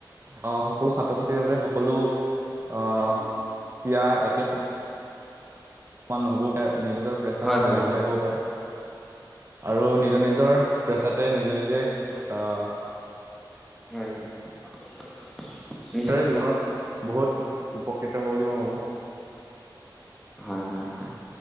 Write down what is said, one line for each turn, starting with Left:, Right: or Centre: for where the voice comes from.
Right: অহ' সকলো ছাত্ৰ- ছাত্ৰীৰ বাবে সকলো অহ, পিয়া একে সম সমান নহ'বও পাৰে। নিজ নিজৰ প্ৰেছাৰ
Centre: হয় হয়
Right: বেলেগ
Centre: হয়
Right: বেলেগ হ'ব পাৰে। আৰু নিজৰ নিজৰ, পেছাতে নিজে নিজে আহ,
Centre: হয়'। নিশ্চয়
Right: তাৰে জীৱনত বহুত উপকৃত হ'ব বুলি মই ভাবোঁ।
Centre: হয়', হয়', হয়'